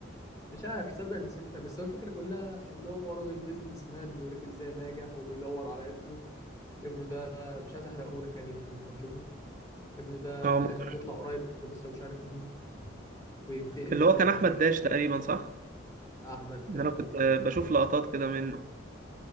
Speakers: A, on the left; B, on the right.
A: مش عارف صدق نسيتها بس هو الفكرة كلها إن هو راجل بيزنس مان بيوريك إزاي ناجح وبيدور على ابنه ابنه ده مش عايز أحرقه لك يعني يمكن أنت تشوفه ابنه ده
B: اه
A: في
B: ممكن
A: الآخر بيطلع قريب منه بس هو مش عارف مين وبينتقم
B: اللي
A: بقى
B: هو
A: من
B: كان احمد
A: ال-
B: داش تقريبا صح
A: أحمد
B: ان
A: مش
B: انا كنت
A: عارف
B: آه،
A: نور
B: بشوف لقطات كده منه